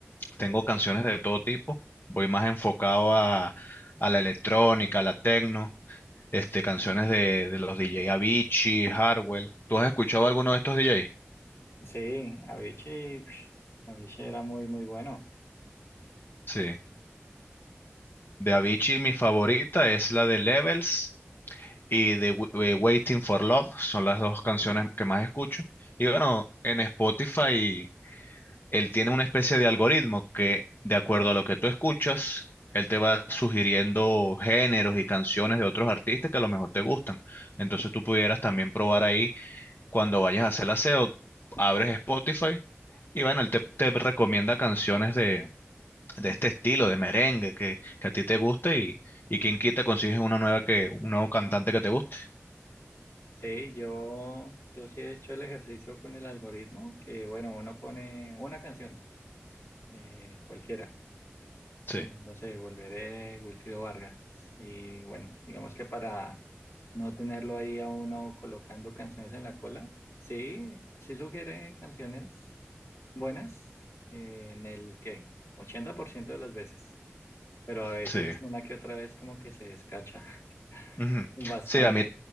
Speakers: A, on the left; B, on the left.
A: tengo canciones de todo tipo. Voy más enfocado a, a la electrónica, a la techno, este, canciones de, de los DJ Avicii, Hardwell. ¿Tú has escuchado alguno de estos DJ?
B: Sí, Avicii, ush, Avicii era muy, muy bueno.
A: Sí. De Avicii mi favorita es la de Levels y de, Wi- de Waiting for Love. Son las dos canciones que más escucho. Y bueno, en Spotify. él tiene una especie de algoritmo que, de acuerdo a lo que tú escuchas, él te va sugiriendo géneros y canciones de otros artistas que a lo mejor te gustan. Entonces tú pudieras también probar ahí cuando vayas a hacer el aseo, abres Spotify y bueno, él te, te recomienda canciones de, de este estilo, de merengue, que, que a ti te guste y, y quien quita consigues una nueva que, un nuevo cantante que te guste.
B: Sí, yo, yo sí he hecho el ejercicio con el algoritmo, que bueno, uno pone una canción, eh, cualquiera,
A: Sí,
B: eh, no sé, Volveré, Wilfrido Vargas, y bueno, digamos que para no tenerlo ahí a uno colocando canciones en la cola, sí, sí sugiere canciones buenas, eh, en el que 80% de las veces. pero a veces
A: sí.
B: una que otra vez como que se descacha <laughs>
A: Ujú.
B: bastante.
A: Sí, a mí,